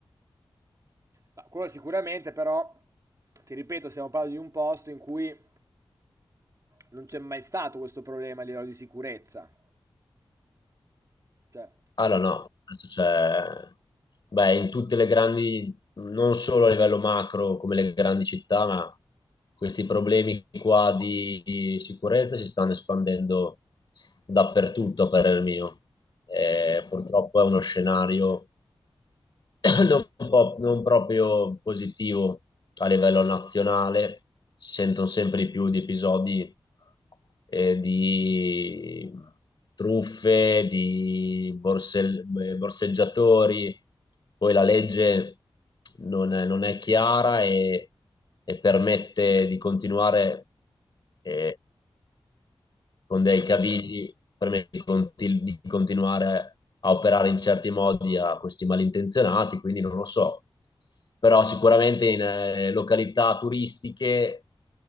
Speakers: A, on the right; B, on the left.
A: Ma quello sicuramente, però, ti ripeto, stiamo parlando di un posto in cui non c'è mai stato questo problema a livello di sicurezza. Cioè,
B: Allora, no, no, adesso c'è, beh, in tutte le grandi, non solo a livello macro come le grandi città, ma questi problemi qua di, di sicurezza si stanno espandendo dappertutto, a parer mio. E purtroppo è uno scenario <coughs> non, po- non proprio positivo a livello nazionale, si sentono sempre di più di episodi eh, di truffe, di borsel- eh, borseggiatori, poi la legge non è, non è chiara e, e permette di continuare. eh, con dei cavilli per me di, conti- di continuare a operare in certi modi a questi malintenzionati, quindi non lo so. Però sicuramente in eh, località turistiche